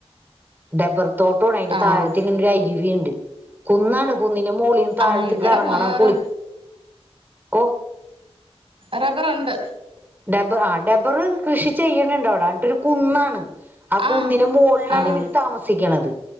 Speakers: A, on the right (about 20°); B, on the right (about 60°).
A: ഡബ്ബർ തോട്ടമാണ് അതിന്റെ
B: ആഹ്
A: താഴത്ത ഇങ്ങനെ ഒരു അരുവിയുണ്ട് കുന്നാണ് കുന്നി മോളീന്ന് താഴത്തേക്ക്
B: ആഹ് ഇവിടെ
A: ഇറങ്ങണം
B: വേറെ
A: കുളി ഓ
B: റബ്ബറുണ്ട്
A: ഡബർ ആ ഡബറ് കൃഷി ചെയ്യുന്നുണ്ട് അവിടെ അവിടെ ഒരു കുന്നാണ് ആ കുന്നിന്റെ
B: ആഹ്
A: മോളിലാണ്
B: ആഹ്
A: ഇവര് താമസിക്കണത്